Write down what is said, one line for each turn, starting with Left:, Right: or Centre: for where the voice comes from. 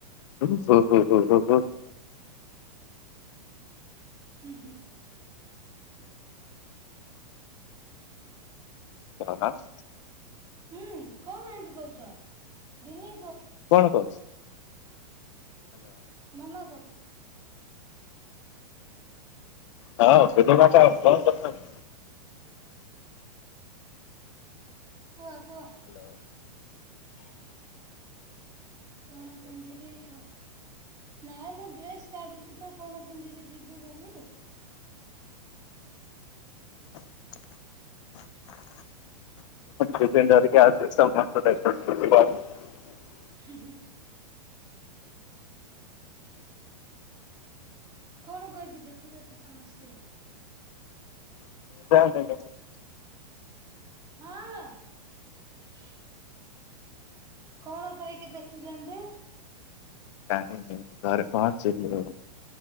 Left: ହ ହ ହ ହ ହ ହ
Right: ହୁଁ ହୁଁ
Left: <unintelligible>
Right: ହୁଁ କଣ ଏନ୍ତି କହୁଛ ବିନି
Left: କଣ କହୁ
Right: ନମଃ କର
Left: ହଁ <unintelligible>
Right: କୁହ କୁହ
Left: ହ୍ୟାଲୋ।
Right: କଣ ପିନ୍ଧିବି କ ନାଇଁ ମୁଁ ଡ୍ରେସ କାଢୁଛି ତ କଣ ପିନ୍ଧିକି ଯିବି ବୋଲି
Left: <unintelligible> <unintelligible>
Right: ହୁଁ ହୁଁ କଣ କହିକି ଦେଖୁଛନ୍ତି ସମସ୍ତେ
Left: <unintelligible>
Right: ହଁ ହିଁ କଣ ପାଇଁ କି ଦେଖୁଛନ୍ତି?
Left: ନାଇଁ ଘରେ ପହଞ୍ଚି ନି